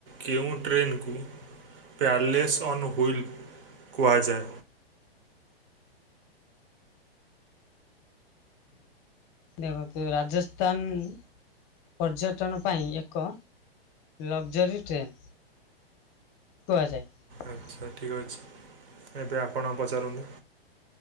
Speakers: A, on the right (about 60°); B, on the left (about 30°).
A: କେଉଁ ଟ୍ରେନ୍ କୁ ପ୍ୟାର୍ଲେସ୍ ଅନ୍ ହୁଇଲ କୁହାଯାଏ।
B: ଦେଖନ୍ତୁ ରାଜସ୍ଥାନ ପର୍ଯ୍ୟଟନ ପାଇଁ ଏକ ଲକ୍ଜରୀ ଟ୍ରେନ୍। କୁହାଯାଏ।
A: ଆଚ୍ଛା ଠିକ ଅଛି। ଏବେ ଆପଣ ପଚାରନ୍ତୁ।